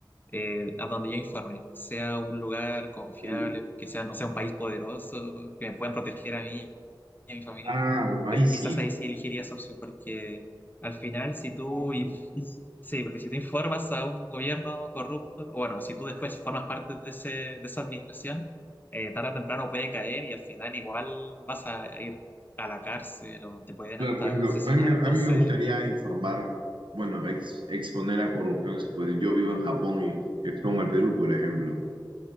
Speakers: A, on the left (about 25°); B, on the right (about 80°).
A: eh, a donde yo informe, sea un lugar confiable,
B: El-
A: que sea, no sea un país poderoso, que me puedan proteger a mí y a mi familia,
B: Ah, bueno,
A: pues
B: ahí
A: quizás
B: sí.
A: ahí sí elegiría esa opción, porque al final si tú, inf- <laughs> sí, porque si te informas a un gobierno corrupto, o bueno, si tú después formas parte de ese, de esa administración, eh, tarde o temprano puede caer y al final igual vas a ir a la cárcel o te pueden
B: Claro,
A: hasta
B: por ejemplo,
A: asesinar,
B: a mí, me-
A: entonces,
B: a mí me gustaría informar, bueno, ex- exponer la corrupción, si pues yo vivo en Japón y expongo al Perú, por ejemplo.